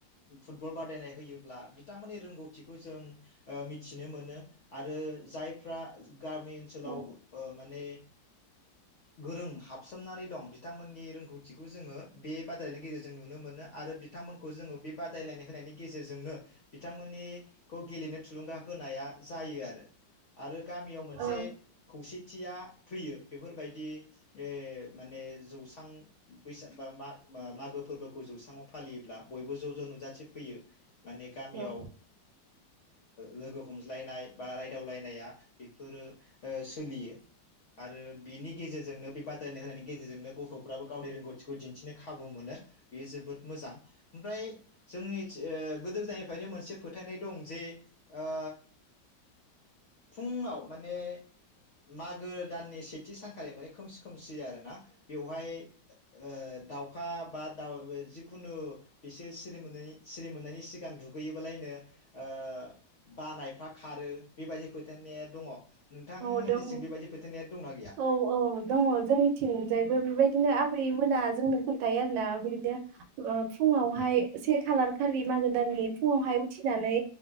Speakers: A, on the left; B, on the right.
A: फुटबल बादायनाय होयोब्ला बिथांमोननि रोंगौ थिखौ जों मिथिनो मोनो आरो जायफ्रा गामि ओनसोलाव
B: औ
A: ओ माने गोरों हाबसोमनानै दं बिथांमोननि रोंगौथिखौ जोङो बे बादायलायनायनि गेजेरजों नुनो मोनो। आरो बिथांमोनखौ जोङो बे बादायलायनाय होनायनि गेजेरजोंनो बिथांमोननि खौ गेलेनो थुलुंगा होनाया जायो आरो। आरो गामियाव मोनसे
B: औ
A: खौसे थिया फैयो बेफोरबायदि ए माने जौसां बैसाग बा माग बा मागो फोरबो खौ जौस्राङाव फालियोब्ला बयबो ज' ज' नुजाथि फैयो माने गामियाव
B: औ
A: ओ लोगो हमज्लायनाय बा राय <unintelligible> बेफोरो ओ सोलियो आरो बिनि गेजेरजोंनो बे बादायलायनाय होनायनि गेजेरजोंनो गथ'फ्राबो गावनि रोंगौथिखौ दिन्थिनो खाबु मोनो बेयो जोबोद मोजां मोजां। ओमफ्राय जोंनिथि ओ गोदो गोदायनिफ्रायनो मोनसे फोथायनाय दं जे ओ फुंयाव माने मागो दाननि सेथि सानखालि माने खोमसि खोमसि सि आरोना बेवहाय ओ दाउखा बा दाउ जिखुनु बिसोर सिरि मोननायनि सिरि मोननायनि सिगां दुगैयोबालायनो ओ बानायफ्रा खारो बेबायदि फोथायारनाया दङ। नोंथांमोननिसिं
B: औ दङ
A: बेबायदि फोथायनाया दंना गैया
B: औ औ दङ जोंनिथिंजायबो बेबायदिनो आबै मोना जोंनो खोन्थायो आरोना बिदि फुङावहाय से खालार खालि मागो दाननि फुङावहाय उथिनानै